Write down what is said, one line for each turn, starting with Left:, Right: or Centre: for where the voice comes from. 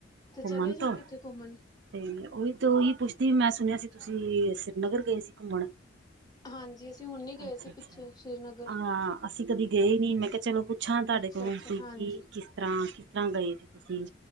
Left: ਤੇ ਚਲੇ
Right: ਘੁੰਮਣ
Left: ਜਾਓ
Right: ਤੋਂ
Left: ਕਿੱਤੇ ਘੁੰਮਣ।
Right: ਤੇ ਉਹੀ ਤੇ ਉਹੀ ਪੁੱਛਦੀ, ਮੈਂ ਸੁਣਿਆ ਸੀ, ਤੁਸੀਂ ਸ੍ਰੀਨਗਰ ਗਏ ਸੀ ਘੁੰਮਣ।
Left: ਹਾਂਜੀ। ਅਸੀਂ ਹੁਣੀ
Right: ਅੱਛਾ-ਅੱਛਾ।
Left: ਗਏ ਸੀ ਪਿੱਛੇ ਸ਼੍ਰੀਨਗਰ।
Right: ਹਾਂ ਅਸੀਂ ਕਦੇ ਗਏ ਨੀ। ਮੈਂ ਕਿਆ ਚਲੋ ਪੁੱਛਾਂ ਤੁਹਾਡੇ
Left: ਅੱਛਾ
Right: ਕੋਲੋ
Left: ਅੱਛਾ
Right: ਸੀ
Left: ਹਾਂਜੀ
Right: ਕਿ ਕਿਸ ਤਰ੍ਹਾਂ, ਕਿਸ ਤਰ੍ਹਾਂ ਗਏ ਸੀ ਤੁਸੀਂ?